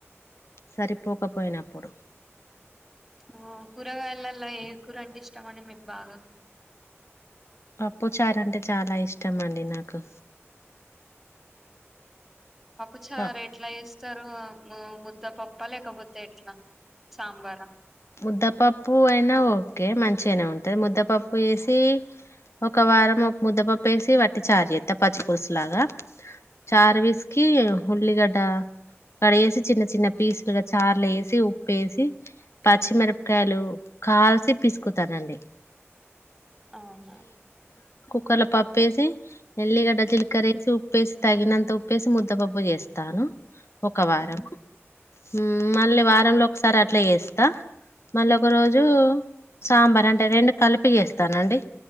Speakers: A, on the left (about 65°); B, in the centre.
A: సరిపోక పోయినప్పుడు
B: ఓ కూరగాయలలో ఏ కూర అంటే ఇష్టం అండి మీకు బాగా
A: పప్పు చారు అంటే చాలా ఇష్టం అండి నాకు
B: పప్పు చార్
A: ప
B: ఎట్ల చేస్త స్తారు ముద్దపప్ప లేకపోతే ఎట్ల సాంబార
A: ముద్దపప్పు అయినా ఓకే మంచి మంచిగనే ఉంటది ముద్దపప్పు వేసి ఒక వారం ఒక ముద్దపప్పు వేసి వట్టి చారు చేస్త పచ్చి పలుసులాగా చార్ విస్కి ఉల్లిగడ్డ కడిగేసి చిన్న చిన్న పీసులుగా చార్లో వేసి ఉప్పుేసి పచ్చిమిరపకాయలు కాల్చి పిసుకుతనండి
B: అవున
A: కుక్కర్ల పప్పుేసి ఎల్లిగడ్డ చిలికరేసి ఉప్పేసి తగినంత ఉప్పేసి ముద్దపప్పు చేస్తాను ఒక వారం
B: ఉమ్
A: హమ్ మళ్ళీ వారంలో ఒకసారి అట్లా చేస్ త మళ్ళీ ఒక రోజు సాంబార్ అంటే రెండు కలిపి వేస్తానండి